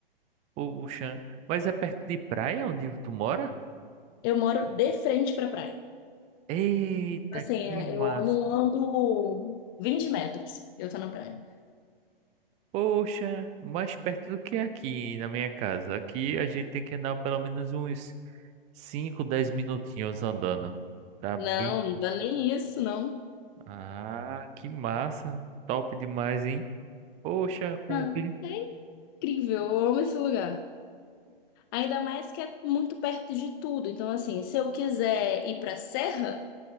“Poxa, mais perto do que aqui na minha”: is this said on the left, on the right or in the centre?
Right